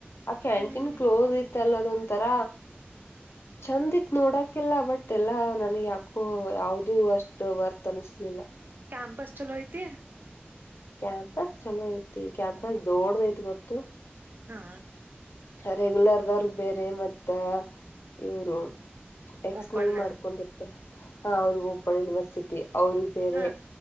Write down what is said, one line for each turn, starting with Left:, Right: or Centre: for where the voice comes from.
Left: ಆ ಕ್ಯಾಂಟೀನ್
Right: ಹ್ಮ್
Left: ಕ್ಲೋಸ್ ಇತ್ತ ಅಲ್ ಅದೊ ತರ ಚಂದ ಇತ್ ನೋಡಕಲ್ಲ ಬಟ್ ಎಲ್ಲಾ ನನ್ಗ್ ಯಾಕೋ ಯಾವ್ದೂ ಅಷ್ಟ್ ವರ್ತ್ ಅನ್ಸ್ಲಿಲ್ಲ
Right: ಕ್ಯಾಂಪಸ್ ಚಲೋ ಐತಿ
Left: ಕ್ಯಾಂಪಸ್ ಚಲೋ ಐತಿ ಕ್ಯಾಂಪಸ್ ದೋಡದೈತ್ ಗೊತ್ತು
Right: ಹಾ
Left: ರೆಗ್ಯುಲರ್ದವ್ರ ಬೇರೆ ಮತ್ತ ಇವರು ಎಕ್ಸ್ಟನಲ್
Right: ಓಪನ್
Left: ಮಾಡ್ಕೊಂಡಿರ್ತ ಹಾ ಅವ್ರ ಓಪನ್ ಯನಿವರ್ಸಿ ಸಿಟಿ ಅವ್ರಿಗೆ ಬೇರೆ
Right: ಹಾ